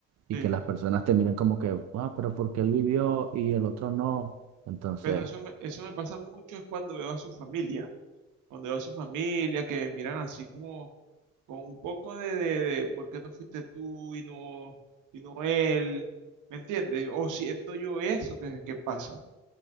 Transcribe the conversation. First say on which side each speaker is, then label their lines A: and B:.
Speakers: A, on the right; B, on the right.
A: y
B: Eh,
A: que las personas te miren como que, ah, pero porque él vivió y el otro no. Entonces,
B: pero eso me, eso me pasa mucho es cuando veo a su familia, cuando veo a su familia que me miran así como con un poco de, de, de, ¿por qué no fuiste tú y no, y no él? ¿Me entiendes? O siento yo eso que, que pasa.